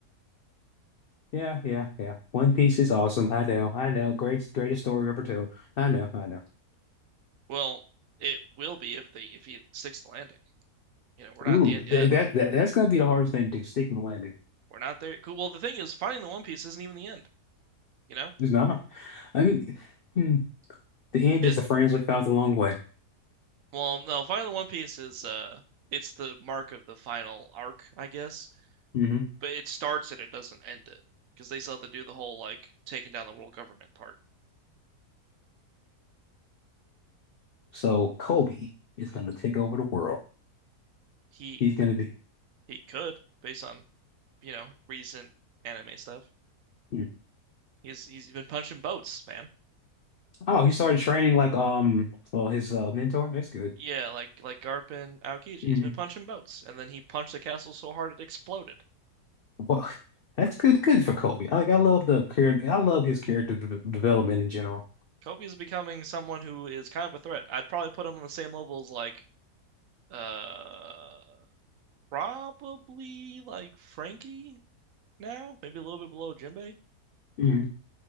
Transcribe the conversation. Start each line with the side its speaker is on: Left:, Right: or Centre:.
Left: yeah, yeah, yeah. One Piece is awesome. I know, I know. Great, greatest story ever told. I know, I know.
Right: Well, it will be if they if he sticks the landing. You know, we're not
Left: Ooh,
Right: at the end
Left: that,
Right: yet.
Left: that, that that's gonna be the hardest thing to do, sticking the landing.
Right: We're not there. Cool. Well, the thing is, finding the One Piece isn't even the end. You know,
Left: It's not. I mean, hmm, the end
Right: it.
Left: is the friends we found along the way.
Right: Well, no, finding the One Piece is uh, it's the mark of the final arc, I guess.
Left: Mm-hmm.
Right: But it starts it. It doesn't end it because they still have to do the whole like taking down the world government part.
Left: So Kobe is going to take over the world.
Right: He
Left: He's going to be.
Right: he could based on you know recent anime stuff.
Left: Hmm.
Right: He's he's been punching boats, man.
Left: Oh, he started training like um, well, his uh, mentor. That's good.
Right: Yeah, like like Garp and Aokiji.
Left: hmm
Right: He's been punching boats, and then he punched the castle so hard it exploded.
Left: Well, <laughs> that's good. Good for Kobe. Like I love the character. I love his character de development in general.
Right: Kobe is becoming someone who is kind of a threat. I'd probably put him on the same level as like Uh, probably like Frankie now, maybe a little bit below Jinbei.
Left: Mhm.